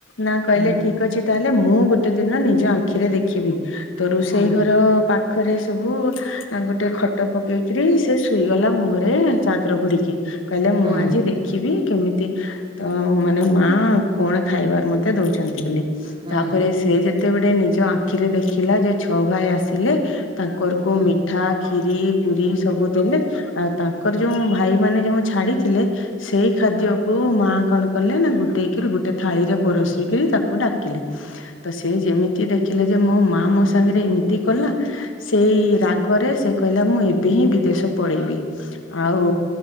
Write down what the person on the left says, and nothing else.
ନା କହିଲେ
ଠିକ ଅଛି। ତାହେଲେ ମୁଁ ଗୋଟେ ଦିନ ନିଜ ଆଖିରେ ଦେଖିବି ତୋ ରୋଷେଇ
ଘର ପା ପାଖରେ ସବୁ ଗୋଟେ ଖଟ ପକେଇକିରି ସେ ଶୋଇଗଲା ମୁହଁରେ ରେ ଚାଦର ଘୁଡିକି କହିଲା
ମୁଁ
ଆଜି ଦେଖିବି କେମିତି ତ ମାନେ ଆହଁ କଣ ଖାଇବାର ମତେ ଦଉଛନ୍ତି ବୋଲି
ତାପରେ ସେ ଯେ ଯେତେବେଟେ ନିଜ ଆଖିରେ ଦେଖିଲା ଯେ ଛଅ ଭାଇ ଆସିଲେ। ତାଙ୍କର କୁ
ମିଠା ଖିରି ପୁରୀ ସବୁ ଦେଲେ। ଆ ତାଙ୍କର ଯେଉଁ ଭାଇ ମାନେ ଯେଉଁ ଛାଡିଥିଲେ ସେଇ ଖାଦ୍ୟକୁୁ ମା କଣ କଲେ ନା ଗୋ ଗୋଟେଇକିରି ଗୋଟେ ଥାଳିରେ ପରସିକିରି ତାକୁ ଡାକିଲେ, ତ ସେ ଯେମିତି ଦେଖ ଦେଖିଲେ ଯେ ମୋ ମା ମୋ ସାଙ୍ଗରେ ଏମିତି କଲା ସେଇ ରାଗରେ ସେ କହିଲା ମୁଁ ଏବେ ହିଁ ବିଦେଶ ପଳେଇବି ଆଉ